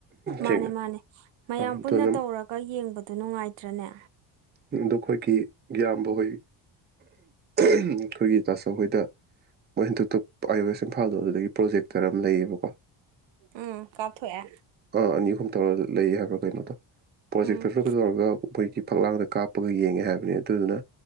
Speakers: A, on the right; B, on the right.
A: ꯃꯥꯅꯦ
B: ꯁꯦꯡꯅ
A: ꯃꯥꯅꯦ ꯃꯌꯥꯝ
B: ꯑ ꯑꯗꯨꯅ
A: ꯄꯨꯟꯅ ꯇꯧꯔꯒ ꯌꯦꯡꯕꯗ ꯅꯨꯡꯉꯥꯏꯇ꯭ꯔꯅꯦ
B: ꯌꯨꯝꯗ ꯑꯩꯈꯣꯏꯒꯤ ꯏꯌꯥꯝꯕ ꯍꯣꯏ ꯑꯩꯈꯣꯏꯒꯤ ꯇꯥꯆꯧꯍꯣꯏꯗ ꯃꯣꯏ ꯍꯟꯗꯛꯇ ꯑꯥꯏꯋꯦꯁ ꯏꯝꯐꯥꯜꯗꯣ ꯑꯗꯨꯗꯒꯤ ꯄ꯭ꯔꯣꯖꯦꯛꯇꯔ ꯑꯃ ꯂꯩꯌꯦꯕꯀꯣ
A: ꯎꯝ ꯀꯞꯊꯣꯛ ꯑꯦ
B: ꯑꯥ ꯑꯅꯤ ꯑꯍꯨꯝ ꯇꯧꯔ ꯂꯩꯌꯦ ꯍꯥꯏꯕ꯭ꯔꯥ ꯀꯩꯅꯣꯗꯣ ꯄ꯭ꯔꯣꯖꯦꯛꯇꯔ
A: ꯎꯝ
B: ꯁꯨꯨ ꯇꯧꯔꯒ ꯑꯗꯩꯗꯤ ꯐꯛꯂꯥꯡꯗ ꯀꯥꯞꯄꯒ ꯌꯦꯡꯉꯦ ꯍꯥꯏꯕꯅꯦ ꯑꯗꯨꯗꯨꯅ